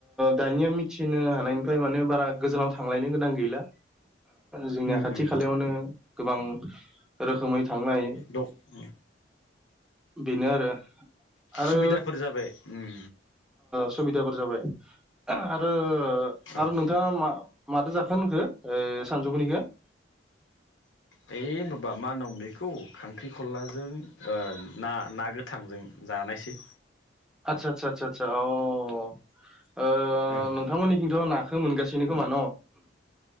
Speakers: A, in the centre; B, on the left.
A: दानिया मिथिनो हानायनिफ्राय माने बारा गोजानाव थांलायनो गोनां गैला। जोंनि
B: उम
A: खाथि
B: उम
A: खालायावनो गोबां रोखोमै थांनाय
B: दं उम
A: बेनो आरो। आरो
B: सुबिदाफोर जाबाय उम
A: सुबिदाफोर जाबाय आरो
B: औ
A: आरो नोंथांङा मा माथो जाखो होनखो ओ सानजौफुनिखो
B: है माबा मा होन' बेखौ खांख्रिखलाजों ना ना गो थांजों जानायसै
A: आदसा आदसा आदसा आदसा अ ओ
B: ओं
A: नों थांमोननिथिंथ' नाखौ मोनगासिनो खोमा न'?